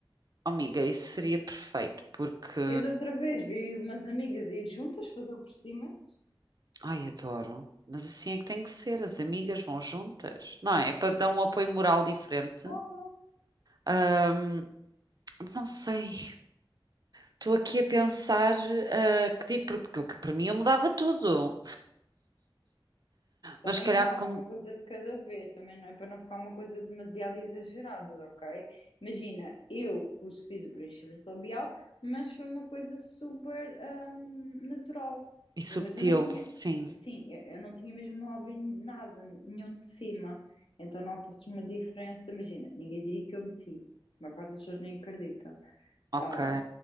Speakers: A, on the right; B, on the left.
A: Oh, amiga, isso seria perfeito, porque.
B: Eu de outra vez vi umas amigas ir juntas fazer o procedimento.
A: Ai, adoro. Mas assim é que tem que ser, as amigas vão juntas, não é? Para dar um apoio moral diferente.
B: Claro.
A: Ahm, não sei, estou aqui a pensar ah, que tipo, porque o que para mim eu mudava tudo,
B: Também
A: mas se calhar
B: calma,
A: como.
B: uma coisa de cada vez, também não é para não ficar uma coisa demasiado exagerada, ok? Imagina, eu pus- fiz o preenchimento labial, mas foi uma coisa super hum, natural.
A: E subtil,
B: Eu, mas eu não tinha,
A: sim,
B: sim, eu, eu não tinha mesmo lábio nada, nenhum de cima. Então nota-se uma diferença, imagina, ninguém diria que eu meti. A maior parte das pessoas nem acredita.
A: ok.
B: Está